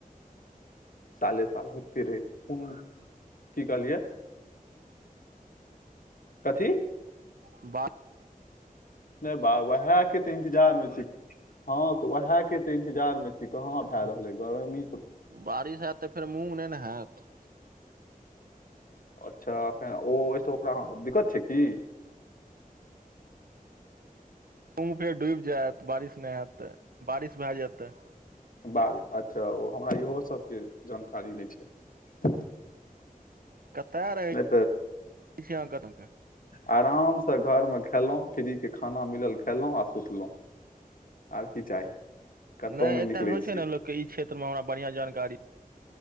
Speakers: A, on the left; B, on the right.
A: साले-साल होइते रहैय छैय खेमे की कहलियै? कथी?
B: बात।
A: नहि भाइ वहै के तऽ इन्तजारमे छी हँ तऽ उएहके तऽ इंतजारमे छी कहाँ भए रहलै गरमी
B: बारिश हैत तऽ फेर मूँग नहि ने हैत
A: अच्छा एखन ओ ओहिसँ ओकरा दिक्कत छै की
B: पुरे डूबि जायत बारिश नहि हैत तऽ बारिश भए जैत तऽ
A: बारि अच्छा ओ हमरा इहो सबके जानकारी नहि छै
B: कतय रहै
A: नहि
B: अंक तंक <unintelligible>
A: आराम सँ घर मे खेलो फ्री के खाना मिलल खेलहुँ आ सुतलहुँ आर की चाही कतहु
B: नहि एकटा
A: निकलै
B: होइ छै
A: छियै
B: ने लोककेँ ई क्षेत्रमे हमरा बढ़ियां जानकारी